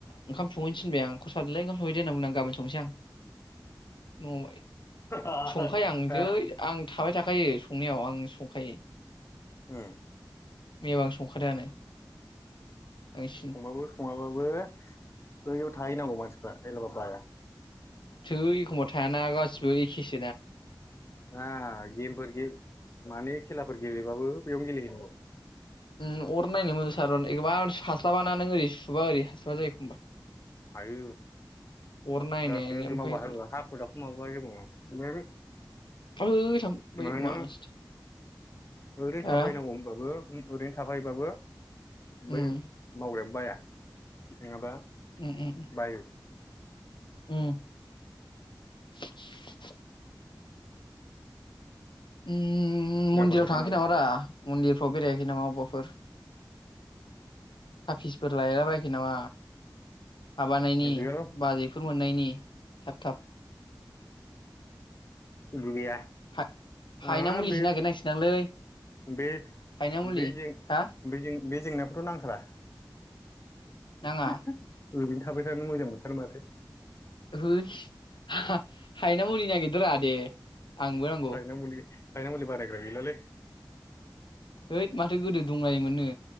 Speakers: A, on the left; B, on the left.
A: ओंखाम संहैनो थिनबाय आं खर' सादोंलै ओंखाम संहैदो होनना बुंदों आं, गाबोन संनोसै आं न'आव
B: <unintelligible>
A: संखायो आं जै आं थाबाय थाखायो संनायाव आं संखायो।
B: उम।
A: मैयाबो आं संखादोंआनो। बांसिन
B: संबाबो सङाबाबो बो ओइयाव थाहैनांगौ मानसिफ्रा एलाबा बाया
A: थै एखमबा थायाना गासिबो एखेसो
B: दा गेमफोर गे माने खेलाफोर गेलेबाबो बेयावनो गेलेहैनांगौ
A: उम अर नायनो मोजां सार एखबा हास्लाबाना नों ओरै सुबा ओरै हास्लाबा जायो एखमबा
B: हायो
A: अर नायनाय
B: लासै लासै
A: ओमफ्राय
B: मावबा हायो हाखु दाखुखौ माबा मा
A: ओइ थाम बै
B: होनो
A: मास
B: ओरैनो
A: हो
B: थाफायनांगौ होनबाबो ओरैनो थाफायोबाबो
A: उम
B: बै मावग्राया बाया नङाबा
A: उम उम
B: बायो
A: उम <unintelligible> उम
B: हिनजावफोर
A: मन्दिराव
B: गोजा
A: थांङाखै
B: नालाय
A: नामा ब्रा मन्दिरफ्राव बेरायाखै नामा अबावबाफोर? थाफिसफोर लायला बाखै नामा माबानायनि
B: गैयाल'
A: बाजैफोर मोननायनि थाब थाब
B: गैया
A: हा हायना
B: ओ
A: मुलिसो
B: बे
A: नागिरनांसिगोनदांलै
B: बे
A: हायना मुलि
B: बेजों
A: हा
B: बेजों बे जेंनाखौथ' नांखाला
A: नाङा
B: <unintelligible> ओरैनो थाबाय थानो मोजां मोनथारो माथो
A: होयस हा-हायना मुलि नागिरदो रा दे आंनोबो नांगौ
B: हायना मुलि हायना मुलि बानायग्रा गैलालै
A: हैओद माथो गोदो दंलायोमोननो।